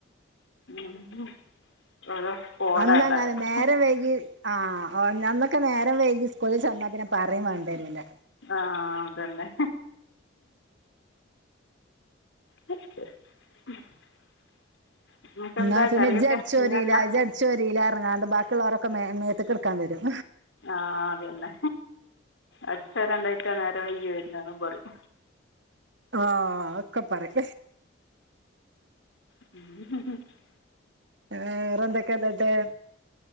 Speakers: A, on the left; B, on the right.
A: <unintelligible>
B: അന്നങ്ങ
A: ഉണ്ടാകുക
B: നേരം വൈകി ആഹ് അന്നൊക്കെ നേരം വൈകി സ്കൂളിന്നാ പിന്നെ പറിം വേണ്ടരൂല്ല
A: ആഹ് അതന്നെ <unintelligible> നിങ്ങൾക്ക്
B: എന്നാ
A: എന്താ
B: പിന്നെ
A: കറിയൊക്കെ
B: ഇജ്ജ്രിയില
A: മീനെന്നാ
B: ഇജ്ജ്രിയില പറങ്ങാണ്ട് ബാക്കിയുള്ളരൊക്കെ മേ മേത്ത് കിടുക്കാൻ വരും
A: ആഹ് അതന്നെ അടിച്ചരണ്ടാഴിട്ടാ നേരം വെയ്ക്കി വരുന്നുന്നും പറിം
B: ആഹ് അക്കപ്പറിം
A: <unintelligible>
B: ഏഹ് വേറെന്താക്കേന്നിട്ട്